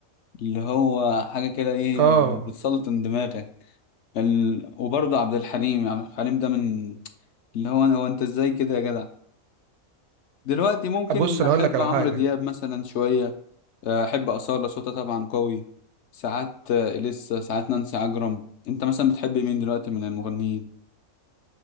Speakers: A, on the left (about 65°); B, on the right (about 65°).
A: اللي هو حاجة كده ايه
B: اه
A: بتسلطن دماغك ال... وبرضه عبد الحليم عبد الحليم ده من اللي هو انا هو انت ازاي كده يا جدع دلوقتي ممكن
B: بص انا
A: احب
B: اقول لك على
A: عمرو
B: حاجه
A: دياب مثلا شوية آه، احب أصالة صوتها طبعا قوي ساعات آه، إليسا ساعات نانسي عجرم انت مثلا بتحب مين دلوقتي من المغنيين